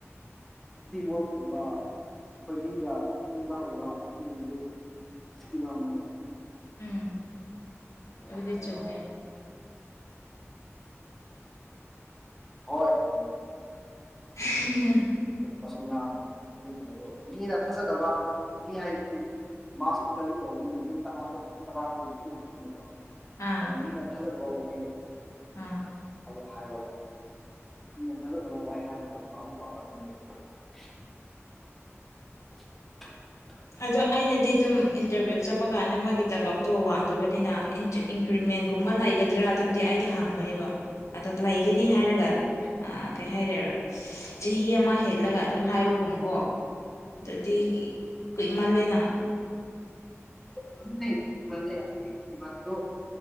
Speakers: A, in the centre; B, on the left.
A: ꯏꯤ ꯃꯞꯀꯨꯝꯕ ꯑꯩꯈꯣꯏ ꯃꯤꯒ ꯄꯨꯟꯕ ꯍꯩꯕ ꯑꯗꯨꯒꯨꯝꯕꯗꯨꯀꯤꯝ ꯑꯃꯅꯦꯕ
B: ꯎꯝ ꯑꯗꯨꯗꯤ
A: ꯅ ꯍꯥꯏꯔꯣ
B: ꯆꯨꯝꯃꯦ
A: ꯍꯣꯏ ꯎ
B: ꯎꯝ
A: ꯑꯁꯨ ꯉ ꯑꯗꯨꯒ ꯀꯩꯅꯣꯗꯣ ꯃꯤꯅ ꯊꯥꯖꯗꯕ ꯃꯤ ꯍꯥꯏꯗꯤ ꯃꯥꯁꯨ ꯏꯟꯇꯔꯚꯤꯌꯨ ꯇꯧꯕꯅꯤꯅ ꯃꯤ ꯇꯔꯥ ꯇꯔꯥ ꯀꯨꯟꯁꯨ ꯂꯥꯛꯄꯅꯦꯕ
B: ꯑꯥ
A: ꯑꯗꯣ ꯃꯤꯅ ꯊꯥꯒꯠꯂꯕꯥꯎꯕ ꯍꯥꯏꯕꯣ
B: ꯑꯥ
A: ꯣ ꯍꯥꯏꯔꯣꯕ ꯎꯝ ꯊꯥꯖꯗꯕ ꯋꯥꯍꯩ ꯍꯥꯏꯕ ꯀꯥꯟꯗ <unintelligible> ꯄꯔ
B: ꯑꯗꯣ ꯑꯩꯅꯗꯤ ꯑꯗꯨꯝ ꯏꯟꯇꯔꯚꯤꯌꯨ ꯆꯠꯄ ꯀꯥꯟꯗ ꯃꯣꯏꯒꯤ ꯇꯂꯞꯇꯣ ꯋꯥꯡꯗꯕꯅꯤꯅ ꯏꯟꯀ꯭ꯔꯤꯃꯦꯟꯒꯨꯝꯕ ꯂꯩꯒꯗ꯭ꯔꯥ ꯑꯗꯨꯝꯗꯤ ꯑꯩ ꯗꯤ ꯍꯥꯡꯕꯅꯦꯕ ꯑꯗꯣ ꯂꯩꯒꯅꯤ
A: ꯎꯝ
B: ꯍꯥꯏꯔꯒ ꯑ ꯀꯩ ꯍꯥꯏꯗꯣꯏꯔꯥ ꯆꯍꯤ ꯑꯃ ꯍꯦꯠꯂꯒ ꯑꯗꯨꯝ ꯍꯥꯏꯕꯒꯨꯝ ꯀꯣ ꯑꯗꯨꯗꯤ ꯀ ꯏꯃꯜꯂꯦꯅ
A: ꯑꯅꯤ ꯀꯔꯤꯃꯅꯦ ꯑꯅꯤ ꯀꯤꯃ ꯂꯣ